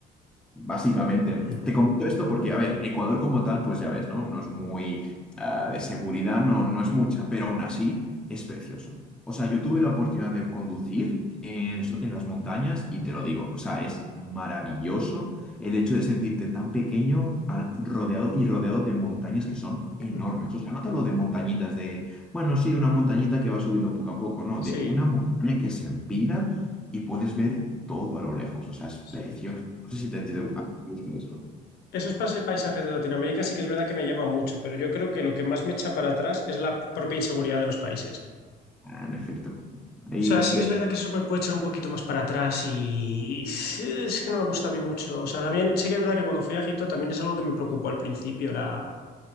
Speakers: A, in the centre; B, on the left.
A: Básicamente,
B: Mm,
A: te comento esto porque, a ver, Ecuador como tal, pues ya ves, ¿no? No es muy, ah, de seguridad, no, no es mucha, pero aún así es precioso. O sea, yo tuve la oportunidad de conducir en, so- en las montañas y te lo digo, o sea, es maravilloso el hecho de sentirte tan pequeño ah, rodeado y rodeado de montañas que son enormes.
B: mm.
A: O sea, no te hablo de montañitas de, bueno, sí, una montañita que va subiendo poco a poco, no, de
B: Sí,
A: una montaña que se empina y puedes ver todo a lo lejos, o sea, es precioso.
B: sí.
A: No sé si te, si te gusta eso.
B: Esos pase- paisajes de Latinoamérica sí que es verdad que me llaman mucho, pero yo creo que lo que más me echa para atrás es la propia inseguridad de los países.
A: Ah, en efecto. Ahí
B: O sea, sí
A: te.
B: que es verdad que eso me puede echar un poquito más para atrás y sí, es que no me gusta a mí mucho. O sea, también sí que es verdad que cuando fui a Egipto también es algo que me preocupó al principio. La...